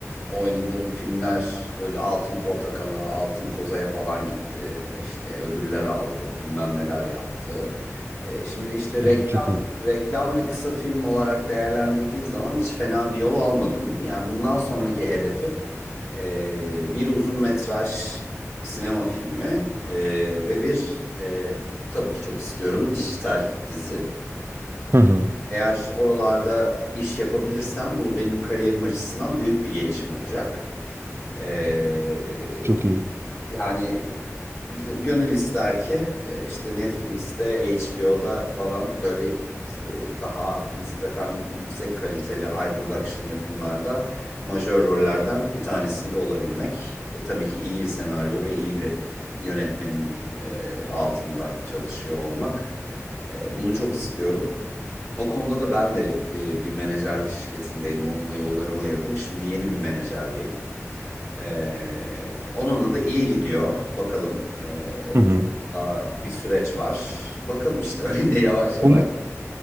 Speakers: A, on the left; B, on the right.
A: oynadığım filmler böyle Altın Portakal'a, Altın Koza'ya falan gitti. İşte ödüller aldı, bilmem neler yaptı. Ee, şimdi işte
B: Aa,
A: reklam,
B: çok iyi.
A: reklam ve kısa film olarak değerlendirdiğin zaman hiç fena bir yol almadım. Yani bundan sonraki hedefim e, bir uzun metraj sinema filmi e, ve bir e, tabii ki çok istiyorum dijital dizi.
B: Hı hı.
A: Eğer oralarda iş yapabilirsem bu benim kariyerim açısından büyük bir gelişim olacak. Ee,
B: Çok iyi.
A: yani gönül ister ki e, işte Netflix'te, HBO'da falan böyle e, daha nispeten yüksek kaliteli high production yapımlarda majör rollerden bir tanesinde olabilmek. E, tabii ki iyi bir senaryo ve iyi bir yönetmenin e, altında çalışıyor olmak. E, bunu çok istiyorum. O konuda da ben de e, bir menajerlik şirketindeydim. Onunla yollarımı ayırdım. Şimdi yeni bir menajerliyim. Ee, onunla da iyi gidiyor. Bakalım. Ee, önümüzde
B: Hı hı.
A: daha bir süreç var. Bakalım işte <laughs> öyle yavaş yavaş.
B: Bu,